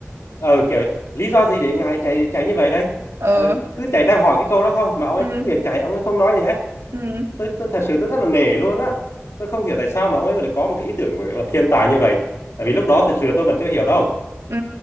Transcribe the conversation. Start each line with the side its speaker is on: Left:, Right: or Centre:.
Left: ờ, kiểu lý do gì để ngài chạy chạy như vậy đây?
Right: ờ
Left: Ờ, cứ chạy ra hỏi cái câu đó thôi mà ông ấy
Right: ừ
Left: cứ việc chạy ông ấy không nói gì hết.
Right: ừ
Left: Tôi tôi thật sự tôi rất là nể luôn á. Tôi không hiểu tại sao mà ông ấy lại có một cái ý tưởng gọi là thiên tài như vậy. Tại vì lúc đó thật sự là tôi vẫn chưa hiểu đâu.
Right: ừ